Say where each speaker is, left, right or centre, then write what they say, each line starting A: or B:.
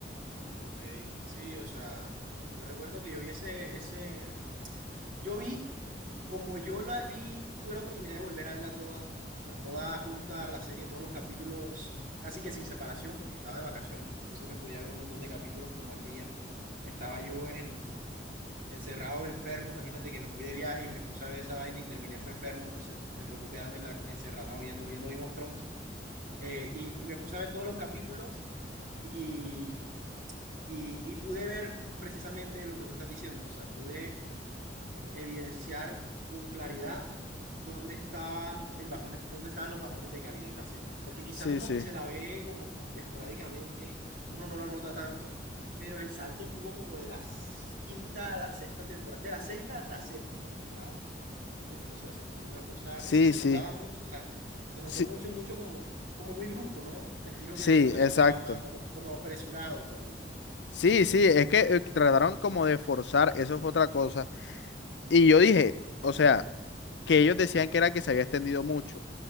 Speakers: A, on the right (about 50°); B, on the left (about 75°).
A: Ok, sí, o sea, yo recuerdo que yo vi ese, ese, yo vi, como yo la vi, tuve la oportunidad de volver a verla toda, o sea, toda junta, la serie, todos los capítulos, casi que sin separación, porque estaba de vacaciones, entonces me podía ver un montón de capítulos como al día. Estaba yo en, encerrado, enfermo. Imagínate que me fui de viaje y me puse a ver esa vaina y terminé fue enfermo, entonces me tocó quedarme en la, encerrado viendo, viendo Game of Thrones. Eh, y, y me puse a ver todos los capítulos y, y, y pude ver precisamente lo que tú estás diciendo, o sea, pude evidenciar con claridad dónde estaban, el bajón, dónde estaban los bajones de calidad en la serie. Porque quizás
B: Sí,
A: uno
B: sí,
A: que se la ve como esporádicamente, uno no lo nota tanto, pero el salto que hubo como de la quinta a la sexta temporada, de la sexta a la séptima temporada, uf, o sea, eso fue una cosa,
B: sí,
A: eso se
B: sí,
A: notaba mucho, o sea, se notó
B: sí,
A: mucho, mucho como, como muy brusco, ¿no? El giro
B: sí,
A: que le dieron a
B: exacto.
A: la trama, como, como apresurado todo.
B: Sí, sí,
A: Sí,
B: es que
A: sí,
B: eh, trataron como de forzar, eso fue otra cosa. Y yo dije, o sea, que ellos decían que era que se había extendido mucho.